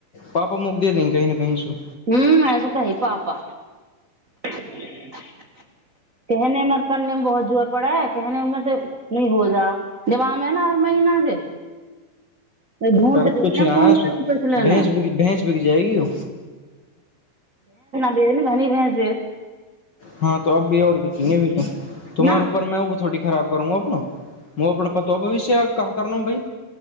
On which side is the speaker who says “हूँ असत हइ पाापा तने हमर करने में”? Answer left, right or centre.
Right